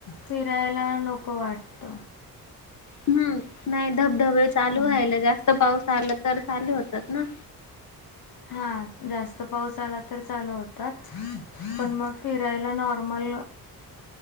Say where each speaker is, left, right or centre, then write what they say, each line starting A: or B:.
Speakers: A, on the left; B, on the left.
A: फिरायला नको वाटत
B: हम्म नाही धबधबे चालू
A: हं.
B: रा्हायला जास्त पाऊस. चालं तर चाले होतात ना.
A: हा जास्त पाऊस आला तर चालू होतात पण मग फिरायला नॉर्मल <unintelligible>